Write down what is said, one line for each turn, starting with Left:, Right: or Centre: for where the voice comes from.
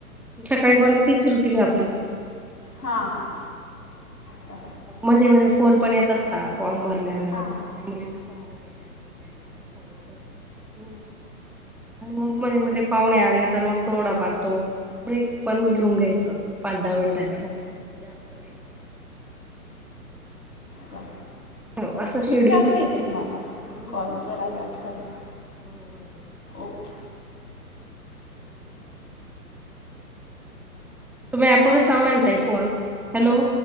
Centre: सकाळी परत तीच रुटींग आपली.
Left: हां, हा, चा
Centre: मध्येे मध्ये फोन पण येत असता, फॉर्म भरण्या
Left: हां
Centre: झे मुलींना. फॉर्म भरायचे असते, त्यांचे पण फोन येत असतील, तीन. आणि मग मध्ये मध्ये पाहुणे आले तर, मग थोडा फार तो ब्रेक पण घेऊन घ्यायचं. पंधरा मिनिटाचा फक्त, जास्त नाही.
Left: सा.
Centre: हो असं शेड्यूल
Left: मी करते
Centre: असतं
Left: तुम्हाला,
Centre: आमचं हम्म
Left: कॉल जरा वेळात करते.
Centre: हम्म हम्म
Left: ओके
Centre: तुम्ही ऍपवरच लावलाय ना ताई फोन, हॅलो.